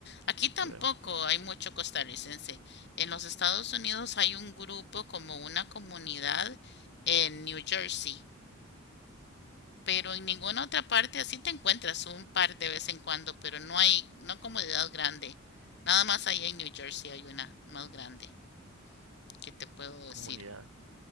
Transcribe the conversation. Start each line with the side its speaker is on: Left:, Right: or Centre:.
Left: aquí tampoco
Right: por
Left: hay mucho costarricense. En los Estados Unidos hay un grupo como una comunidad en New Jersey, pero en ninguna otra parte así te encuentras un par de vez en cuando, pero no hay, no comunidad grande. Nada más allá en New Jersey hay una más grande que te puedo
Right: mi
Left: decir.
Right: comunidad.